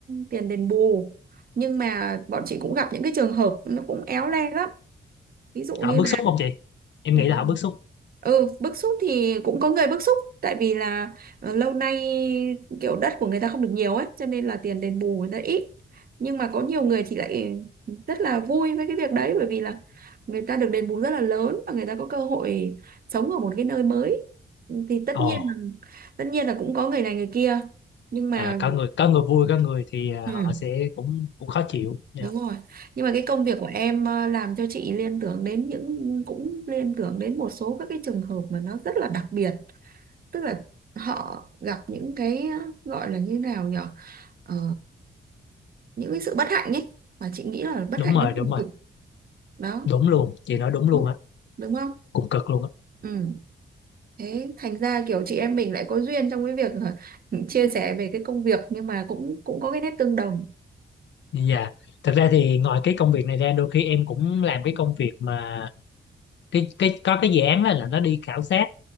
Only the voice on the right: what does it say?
tiền đền bù. Nhưng mà bọn chị cũng gặp những cái trường hợp nó cũng éo le lắm. Ví dụ như
Ừ,
Ừ, bức xúc thì cũng có người bức xúc tại vì là ờ, lâu nay kiểu đất của người ta không được nhiều ấy cho nên là tiền đền bù người ta ít nhưng mà có nhiều người thì lại rất là vui với cái việc đấy bởi vì là người ta được đền bù rất là lớn và người ta có cơ hội sống ở một cái nơi mới thì tất
nhiên là tất nhiên là cũng có người này người kia nhưng mà
Ừ.
Đúng rồi. Nhưng mà cái công việc của em ờ, làm cho chị liên tưởng đến những cũng liên tưởng đến một số các cái trường hợp mà nó rất là đặc biệt, tức là họ gặp những cái ờ, gọi là như nào nhở Ờ, những cái sự bất hạnh ấy mà chị nghĩ là bất
hạnh
đến
cùng
cực đó.
Đúng
không?
Đúng không?
Ừ. Thế thành ra kiểu chị em mình lại có duyên trong cái việc là <laughs> chia sẻ về cái công việc nhưng mà cũng cũng có cái nét tương đồng.